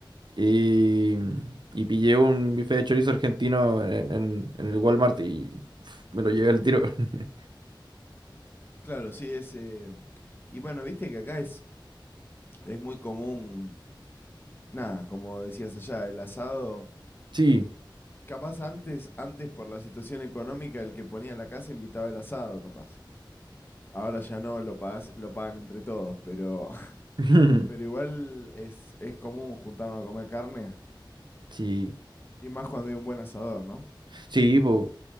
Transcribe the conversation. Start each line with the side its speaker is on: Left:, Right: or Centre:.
Right: Y, y pillé un bife de chorizo argentino en, en- en el Walmart y uf, me lo llevé al tiro. <laughs>
Left: Claro, sí, ese. Y bueno, viste que acá es, es muy común Nada, como decías allá, el asado.
Right: Sí.
Left: Capaz antes, antes por la situación económica, el que ponía la casa invitaba el asado, capaz. Ahora ya no, lo pagás- lo pagan entre todos, pero, <laughs>
Right: <laughs>
Left: pero igual es, es común juntarnos a comer carne.
Right: Sí,
Left: Y más cuando hay un buen asador, ¿no?
Right: sí, po.